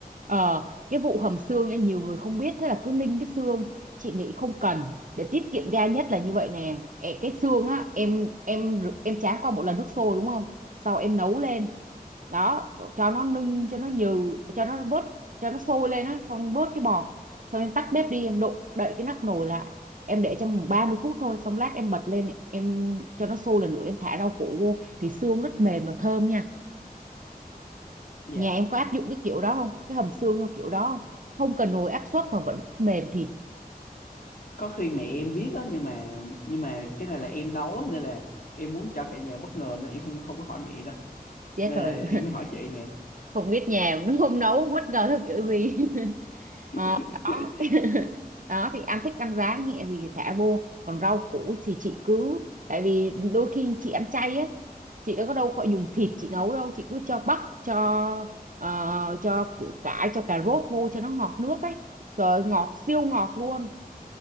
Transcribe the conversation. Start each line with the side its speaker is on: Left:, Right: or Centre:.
Right: Ờ, cái vụ hầm xương nha, nhiều người không biết thế là cứ ninh cái xương chị nghĩ không cần để tiết kiệm ga nhất là như vậy nè Ẹ, cái xương á em em rửa- em tráng qua một lần nước sôi đúng không sau em nấu lên đó cho nó ninh cho nó nhừ cho nó vớt cho nó sôi lên á xong em vớt cái bọt xong em tắt bếp đi em đụng đậy cái nắp nồi lại em để trong 30 phút thôi xong lát em bật lên em cho nó sôi lần nữa em thả rau củ vô thì xương rất mềm và thơm nha
Left: dạ
Right: Nhà em có áp dụng cái kiểu đó không? Cái hầm xương theo kiểu đó không? Không cần nồi áp suất mà vẫn mềm thịt.
Left: có khi mẹ em biết á nhưng mà nhưng mà cái này là em nấu á nên là em muốn cho cả nhà bất ngờ nên em không không có hỏi mẹ đâu
Right: Chết
Left: nên
Right: rồi.
Left: là em
Right: <laughs>
Left: mới hỏi chị nè
Right: Không biết nhà nó không nấu bất ngờ theo kiểu gì. <laughs>
Left: <laughs>
Right: Ờ, đó. <laughs> Đó thì ăn thích ăn rán nhẹ gì thì thả vô. Còn rau củ thì chị cứ tại vì đôi khi chị ăn chay á, chị đâu có đâu phải dùng thịt chị nấu đâu, chị cứ cho bắp cho ờ, cho củ cải cho cà rốt vô cho nó ngọt nước ấy. Trời ơi, ngọt siêu ngọt luôn.